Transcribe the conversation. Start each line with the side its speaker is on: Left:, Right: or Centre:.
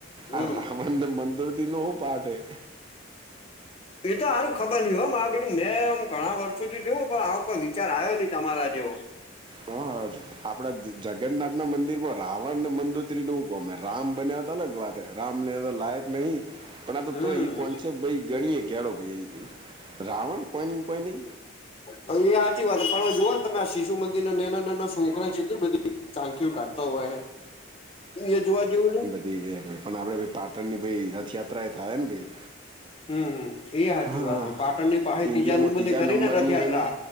Left: હમ
Right: આ રા વણ ને મંદોદ્રીવનો હુ પાઠ હે?
Left: એ તો હારું ખબર નહીં હો. મારા બેટું મેં આમ ઘણા વર્ષોથી જોવું, પણ આવું પણ વિચાર આયો નહીં તમારા જેવો.
Right: હાજ. આપણા જગન્નાથ ના મંદિર માં રાવણ ને મંદોત્રી નો ગમે. રામ બન્યા તાન <unintelligible> રામ ને હવે લાયક નહીં. પણ આ
Left: હમ
Right: તોઈ ઈ કોન્સેપ્ટ ભઈ ગણીએ કે હેડો ભઈ. રાવણ કોઈન કોઈ નહીં
Left: હા ઈ હાચી વાત. તમે જોઓ ને તમે આ શિશુ મંદિર ના નાના-નાના છોકરા છેને બધેઈ ચાંખયુ કાઢતા હોય એ જોવા જેવું ને
Right: <unintelligible> આપડે પાટણની ભાઈ રથયાત્રા એ થાય ને ભાઈ
Left: હમ હમ એ હાચી
Right: હા
Left: વાત પાટણની પાહી
Right: ઇન્ડિયામાં
Left: ત્રીજા નંબર ની ખરી
Right: નંબરની
Left: ને રથયાત્રા
Right: હે